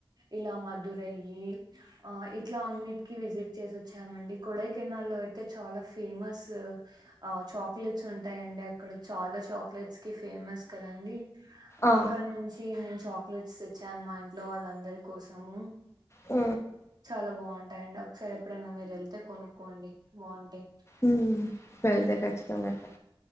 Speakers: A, on the right (about 50°); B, on the left (about 30°).
A: ఇలా మదురై ఈ ఆ ఇట్లా అన్నిటికి విజిట్ చేసి వచ్చామండి, కొడైకెనాల్ లో అయితే చాలా ఫేమస్ ఆ చాక్లెట్స్ ఉంటాయండి అక్కడ చాలా చాక్లెట్స్ కి ఫేమస్ కదండి?
B: ఆ
A: అక్కడ నుంచి నించోన్ చాక్లెట్స్ తెచ్చాను, మా ఇంట్లో వాళ్ళందరి కోసము.
B: ఊ
A: చాలా బాగుంటాయండి ఒకసారి ఎప్పుడైనా మీరు వెళ్తే కొనుక్కోండి, బావుంటయి.
B: ఉమ్ వెళ్తే కచ్చితంగా ళ్తా